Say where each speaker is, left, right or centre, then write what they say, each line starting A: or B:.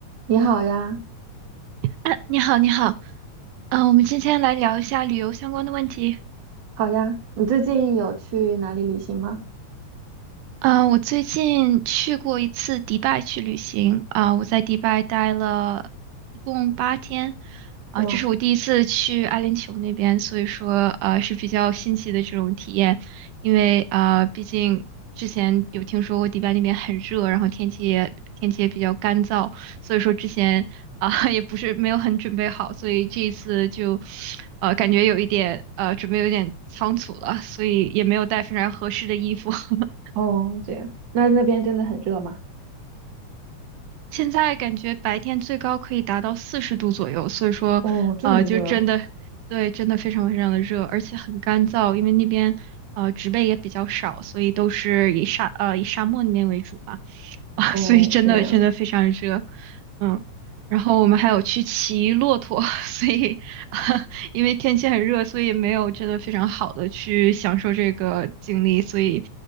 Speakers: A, on the right (about 50°); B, on the right (about 85°).
A: 你好呀，
B: 啊，你好，你好，嗯、我们今天来聊一下旅游相关的问题。
A: 好呀，你最近有去哪里旅行吗？
B: 啊，我最近去过一次迪拜去旅行啊，我在迪拜待了一共八天啊，
A: 哇，
B: 这是我第一次去阿联酋那边，所以说呃是比较新奇的这种体验，因为啊，毕竟之前有听说过迪拜那边很热，然后天气也天气也比较干燥，所以说之前啊 <laughs> 也不是没有很准备好，所以这一次就呃感觉有一点呃准备有点仓促了，所以也没有带非常合适的衣服。<laughs>
A: 哦，这样，那那边真的很热吗？
B: 现在感觉白天最高可以达到四十度左右，所以说，
A: 哦，这么热啊，
B: 呃，就真的，对，真的非常非常的热，而且很干燥，因为那边呃植被也比较少，所以都是以沙呃以沙漠那边为主嘛，<laughs> 啊，
A: 哦，
B: 所以真的真的非常热，
A: 这样，
B: 嗯，然后我们还有去骑骆驼，<laughs> 所以 <laughs>、因为天气很热，所以也没有真的非常好的去享受这个经历，所以